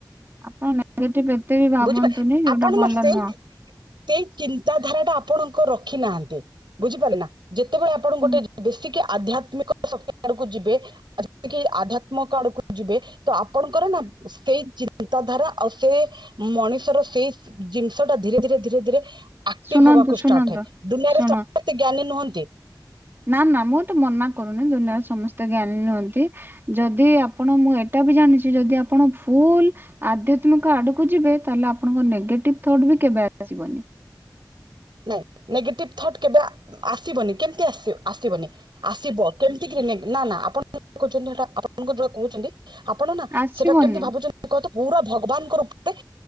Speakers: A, on the right; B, on the right.
A: ଆପଣ ନେଗେଟିଭ ଏତେ ବି ଭାବନ୍ତୁନି
B: ବୁଝିପା
A: ଯୋଉଟା
B: ଆପଣ
A: ଭଲ
B: ନା ସେଇ
A: ନୁହଁ।
B: ସେଇ ଚିନ୍ତା ଧାରା ଟା ଆପଣଙ୍କ ରଖି ନାହାନ୍ତି ବୁଝିପାରିଲେ ନା? ଯେତେବେଳେ ଆପଣ ଗୋଟେ
A: ହୁଁ
B: ବେଶୀକି ଆଧ୍ୟାତ୍ମିକ ଶକ୍ତି ଆଡକୁ ଯିବେ ଯେତିକି ଆଧ୍ୟାତ୍ମିକ ଆଡକୁ ଯିବେ ତ ଆପଣଙ୍କର ନା ସେଇ ଚିନ୍ତା ଧାରା ଆଉ ସେ ମଣିଷର ସେଇ ଜିନିଷ ଟା ଧୀରେ ଧୀରେ ଧୀରେ ଧୀରେ ଆକ୍ଟିଭ
A: ଶୁଣନ୍ତୁ
B: ହବାକୁ ଷ୍ଟାର୍ଟ
A: ଶୁଣନ୍ତୁ
B: ହୁଏ, ଦୁନିଆରେ
A: ଶୁଣ
B: ସମସ୍ତେ ଜ୍ଞାନୀ ନୁହଁନ୍ତି।
A: ନା ନା ମୁଁ ତ ମନା କରୁନି ଦୁନିଆରେ ସମସ୍ତେ ଜ୍ଞାନୀ ନୁହନ୍ତି। ଯଦି ଆପଣ ମୁଁ ଏଟା ବି ଜାଣିଛି ଯଦି ଆପଣ ଫୁଲ ଆଧ୍ୟାତ୍ମିକ ଆଡକୁ ଯିବେ ତାହଲେ ଆପଣଙ୍କ ନେଗେଟିଭ ଥଟ ବି କେବେ ଆସିବନି।
B: ନାଇଁ ନେଗେଟିଭ ଥଟ୍ କେବେ ଆ ଆସିବନି କେମିତି ଆସ ଆସିବନି। ଶିବ କେମିତି କି ନେ ନା ନା ଆପଣ କହୁଛନ୍ତି ସେଟା ଆପଣଙ୍କର ଯେଉଁଟା କହୁଛନ୍ତି। ଆପଣ ନା
A: ଆସିବନି
B: ସେଟା କେମିତି ଭାବୁଛନ୍ତି କହ ପୁରା ଭଗବାନଙ୍କ ରୂପରେ